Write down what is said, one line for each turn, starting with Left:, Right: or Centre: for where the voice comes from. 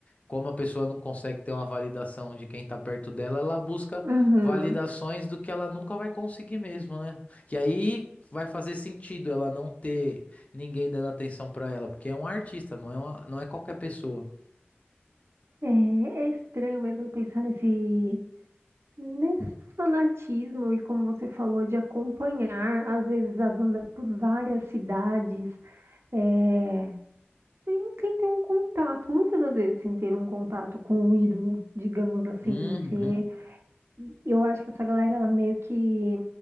Left: Como a pessoa não consegue ter uma validação de quem tá perto dela, ela busca
Right: Uhum.
Left: validações do que ela nunca vai conseguir mesmo, né? Que aí vai fazer sentido ela não ter ninguém dando atenção pra ela, porque é um artista, não é uma, não é qualquer pessoa.
Right: É, é estranho mesmo pensar nesse, nesse fanatismo e como você falou, de acompanhar às vezes a banda por várias cidades, é, sem, sem ter um contato, muitas das vezes sem ter um contato com o ídolo, digamos assim.
Left: Uhum.
Right: Você, eu acho que essa galera ela meio que